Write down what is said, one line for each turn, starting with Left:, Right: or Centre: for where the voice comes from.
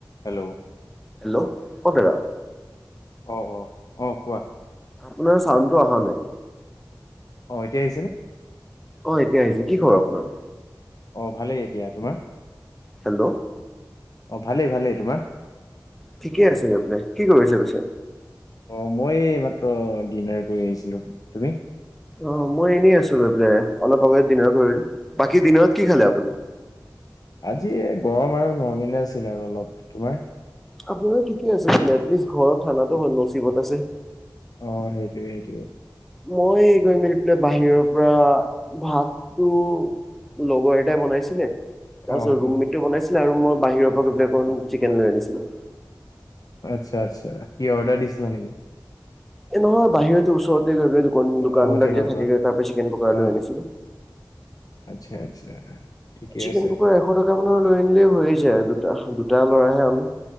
Left: Hello?
Centre: Hello, কওঁক দাদা।
Left: অ' অ 'অ কোৱা।
Centre: আপোনাৰ চাউডটো অহা নাই।
Left: অ এতিয়া আহিছে নে?
Centre: অ এতিয়া আহিছে, কি খবৰ আপোনাৰ?
Left: অ ভালেই দিয়া তোমাৰ?
Centre: হেল্ল'?
Left: অ ভালেই ভালেই তোমাৰ?
Centre: ঠিকে আছে গৈ পেলাই, কি কৰিছে পিছে?
Left: অ মই এই মাত্ৰ ডিনাৰ কৰি আহিছিলো, তুমি?
Centre: অ মই এনেই আছো গৈ পেলাই, অলপ আগত ডিনাৰ কৰিলো, বাকী ডিনাৰত কি খালে আপুনি?
Left: আজি গৰম আৰু নৰমেলে আছিল আৰু অলপ, তোমাৰ?
Centre: আপোনাৰ ঠিকেই আছে তেন্তে, এটলিষ্ট ঘৰৰ খানাতো নচিবত আছে।
Left: অ সেইটোৱে সেইটোৱে।
Centre: মই এই গৈ মেলি পেলাই বাহিৰৰ পৰা ভাতটো লগৰ এটাই বনাইছিলে। তাৰ
Left: অ
Centre: পিছত ৰুম
Left: অ
Centre: মেটটোয়ে বনাইছিলে, আৰু মই বাহিৰৰ পৰা গৈ পেলে অকণ চিকেন লৈ আনিছিলো।
Left: আচ্ছা, আচ্ছা সি অৰ্ডাৰ দিছিলা নিকি?
Centre: এই নহয় বাহিৰতে ওচৰতে গৈ পেলাই দোকান দোকান
Left: অ হোটেলৰ
Centre: বিলাক যে থাকে,
Left: পৰা
Centre: তাৰ পাই চিকেন পকৰা
Left: অ
Centre: লৈ আনিছিলো।
Left: আচ্ছা, আচ্ছা। ঠিকে
Centre: চিকেন
Left: আছে
Centre: পকৰা এশ টকা মানৰ লৈ আনিলে হৈয়ে যায়, দুটা দুটা লৰাহে আমি।